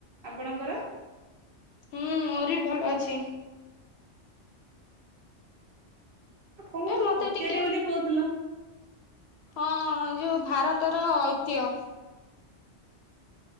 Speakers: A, on the right; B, on the left.
A: ଆପଣଙ୍କର?
B: ହୁଁ ମୋର ବି ଭଲ ଅଛି।
A: କଣ ଗୋଟେ
B: ମତେ
A: ପଚାରି
B: ଟିକେ
A: ବୋଲି କହୁଥିଲ।
B: ହଁ ଯୋଉ ଭାରତର ଐତିହ୍ୟ।